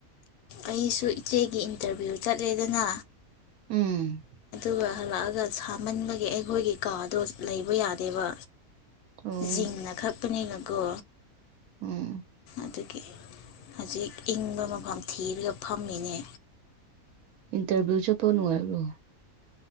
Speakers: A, on the left; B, on the right.
A: ꯑꯩꯁꯨ ꯏꯆꯦꯒꯤ ꯏꯟꯇꯔꯚꯤꯌꯨ ꯆꯠꯂꯦꯗꯅ
B: ꯎꯝ
A: ꯑꯗꯨꯒ ꯍꯜꯂꯛꯑꯒ ꯁꯥꯃꯟꯕꯒꯤ ꯑꯩꯈꯣꯏꯒꯤ ꯀꯥꯗꯣ ꯂꯩꯕ ꯌꯥꯗꯦꯕ
B: ꯑꯣ
A: ꯖꯤꯟꯒꯥ ꯈꯛ ꯃꯤꯅꯀꯣ
B: ꯎꯝ
A: ꯑꯗꯨꯒꯤ ꯍꯧꯖꯤꯛ ꯏꯪꯕ ꯃꯐꯝ ꯊꯤꯔꯒ ꯐꯝꯃꯤꯅꯦ
B: ꯏꯟꯇꯔꯚ꯭ꯨ ꯆꯠꯄ ꯅꯨꯪꯉꯥꯏꯕꯔꯣ